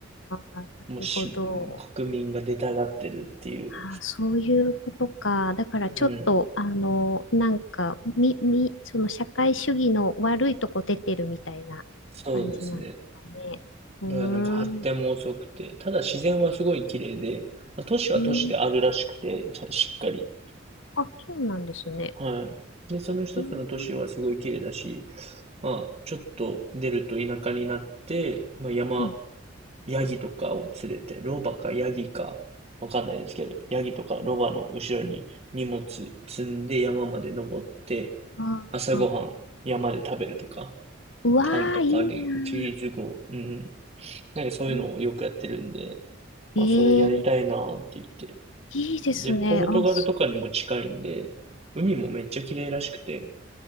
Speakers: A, on the left (about 75°); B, on the right (about 35°).
A: あ、なるほど。
B: もうし、国民が出たがってるっていう。
A: あー、そういうことか。だからちょっと、
B: うん。
A: あの、なんか、み、み、その社会主義の悪いとこ出てるみたいな感じなんですかね。
B: そうですね。
A: うーん。
B: だからなんか発展も遅くて、ただ自然はすごい綺麗で、まあ、都市は都市であるらしくて、
A: うん。
B: ちゃしっかり。
A: あ、そうなんですね。
B: はい。で、その一つの都市はすごい綺麗だし、
A: うーん。
B: まあ、ちょっと出ると田舎になって、まあ、山、
A: うん。
B: ヤギとかを連れて、ロバかヤギか、わかんないですけど、ヤギとかロバの後ろに荷物積んで山まで登って、
A: うんああ
B: 朝ごはん山で食べるとか、
A: ー、うわー、
B: パンとかにチーズご、
A: いいな
B: うん、なんかそういうのをよくやってるんで、
A: ー。
B: まあ、
A: ええ
B: それやりたいなーって言って。
A: いいですね。
B: で、ポルトガルとかにも近いんで、
A: あ、そ
B: 海もめっちゃ綺麗らしくて、